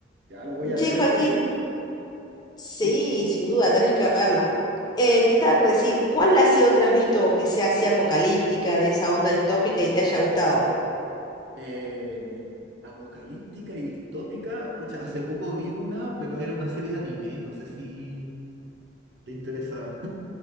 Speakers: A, on the right (about 60°); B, on the left (about 20°).
A: Ya lo voy a
B: Che,
A: ver entonces.
B: Joaquín, sí,
A: Dime.
B: sin duda, tenés que verla. Eh, te estaba por decir, ¿cuál así otra has visto que sea así apocalíptica, de esa onda distópica y te haya gustado?
A: Eh, apocalíptica y distópica. Pucha, hace poco vi una, pero era una serie de anime. No sé si te interesa.